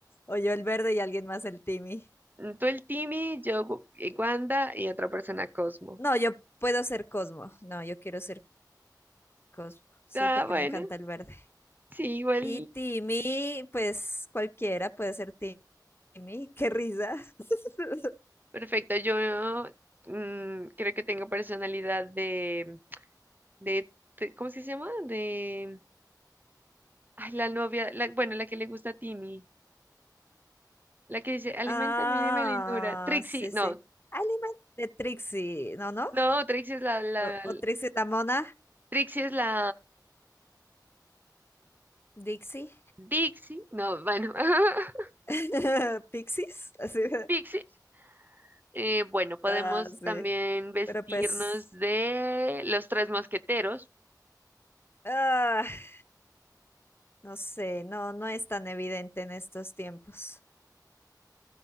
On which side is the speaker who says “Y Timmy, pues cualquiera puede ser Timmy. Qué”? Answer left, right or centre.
Left